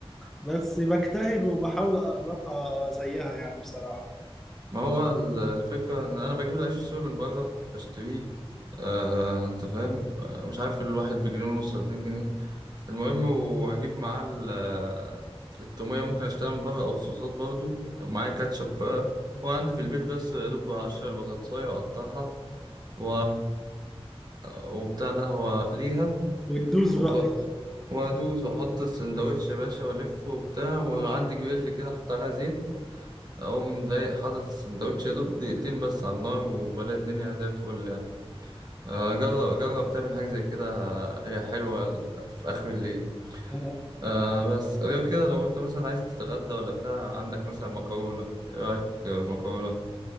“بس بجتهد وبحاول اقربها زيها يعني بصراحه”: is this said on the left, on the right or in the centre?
Centre